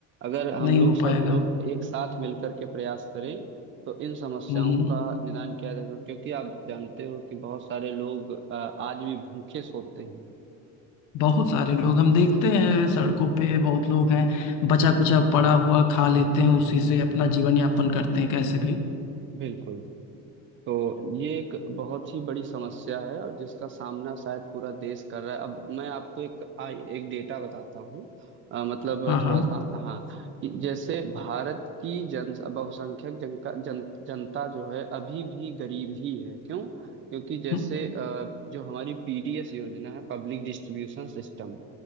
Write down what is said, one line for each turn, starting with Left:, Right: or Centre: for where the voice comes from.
Right: अगर हम
Left: नहीं
Right: लोग
Left: हो
Right: सब
Left: पाएगा
Right: लोग
Left: हम्म
Right: एक साथ मिलकर के प्रयास करें तो इन समस्याओं
Left: हम्म।
Right: का निदान किया जा सकता है। क्योंकि आप जानते हो कि बहुत सारे लोग अ, आज भी भूखे सोते हैं
Left: बहुत सारे लोग हम देखते हैं सड़कों पे बहुत लोग हैं बचा कुचा पड़ा हुआ खा लेते हैं उसी से अपना जीवन यापन करते हैं कैसे भी
Right: बिल्कुल तो ये एक बहुत ही बड़ी समस्या है और जिसका सामना शायद पूरा देश कर रहा है अब मैं आपको एक आ, एक डेटा बताता हूँ अ, मतलब
Left: हाँ हाँ
Right: थोड़ा सा हाँ कि जैसे भारत की जन बहुसंख्यक जनता जन, जनता जो है अभी भी गरीब ही है क्यों क्योंकि जैसे
Left: हम्म,
Right: अ, जो हमारी पीडीएस योजना है पब्लिक डिस्ट्रीब्यूशन सिस्टम